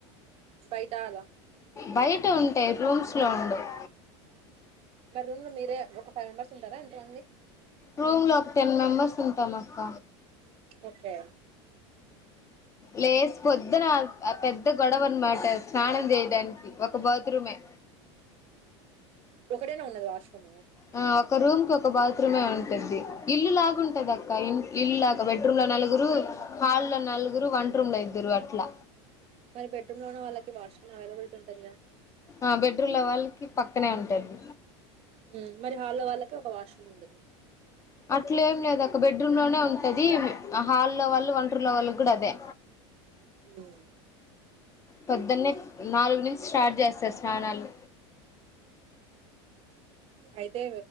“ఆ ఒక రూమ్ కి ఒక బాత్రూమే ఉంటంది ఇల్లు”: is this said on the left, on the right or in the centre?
Left